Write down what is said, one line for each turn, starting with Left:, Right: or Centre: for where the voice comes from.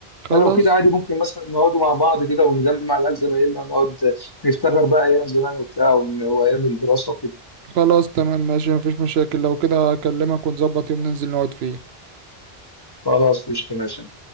Right: خلاص
Left: فلو كده عادي ممكن مثلا نقعدوا مع بعض كده ونجمع العيال زمايلنا ونقعد نفتكر بقى ايام زمان وبتاع ون- وايام الدراسه وكده
Right: خلاص تمام ماشي مفيش مشاكل لو كده اكلمك ونظبط يوم ننزل نقعد فيه
Left: خلاص قشطه ماشي